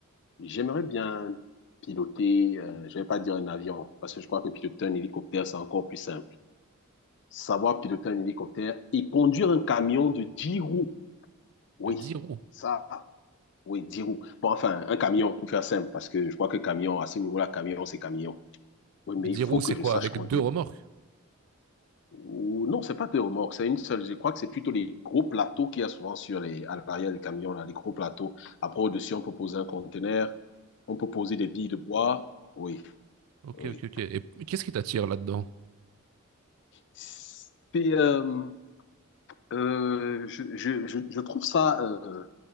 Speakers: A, on the left; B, on the right.
A: J'aimerais bien piloter, euh, je vais pas dire un avion, parce que je crois que piloter un hélicoptère, c'est encore plus simple. Savoir piloter un hélicoptère et conduire un camion de 10 roues. Oui,
B: De 10 roues.
A: ça, oui, 10 roues. Bon, enfin, un camion, pour faire simple, parce que je crois que camion, à ce niveau-là, camion, c'est camion. Oui,
B: Mais
A: mais
B: 10
A: il faut
B: roues, c'est
A: que je
B: quoi?
A: sache
B: Avec
A: conduire.
B: deux remorques?
A: Ou, non, c'est pas deux remorques, c'est une seule. Je crois que c'est plutôt les gros plateaux qu'il y a souvent sur les, à l'arrière des camions, là, les gros plateaux. Après, au-dessus, on peut poser un conteneur, on peut poser des billes de bois. Oui,
B: Ok,
A: oui.
B: ok, ok. Et qu'est-ce qui t'attire là-dedans?
A: c'est, euh, euh, je, je, je, je trouve ça, euh,